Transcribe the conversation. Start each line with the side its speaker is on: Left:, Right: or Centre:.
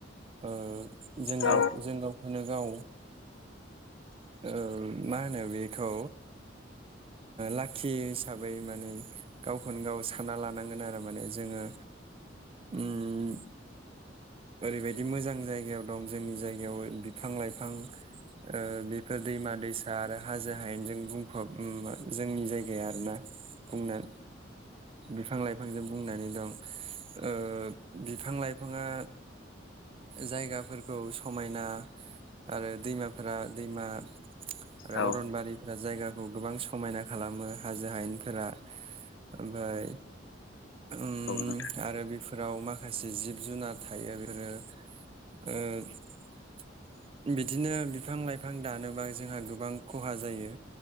Right: ओ जों
Left: औ
Right: गाव जों गावखौनो गाव ओ मा होनो बेखौ लाखि हिसाबै माने गावखौनो गाव सानना लानांगोन आरो माने जोङो ओम ओरैबायदि मोजां जायगायाव दं। जोंनि जायगायाव बिफां लाइफां ओ बेफोर दैमा दैसा आरो हाजो हायेनजों बुंफब जोंनि जायगाया आरोना बुंना बिफां लाइफांजों बुंनानै दं। ओ बिफां लाइफाङा जायगाफोरखौ समायना, आरो दैमाफोरा दैमा आरो
Left: औ
Right: अरनबारिफोरा जायगाखौ गोबां समायना खालामो हाजो हायेनफोरा ओमफ्राय। ओम
Left: नोंथां
Right: आरो बेफोराव माखासे जिब जुनार थायो बे फोरो ओ बिदिनो बिफां लाइफां दानोबा जोंहा गोबां खहा जायो।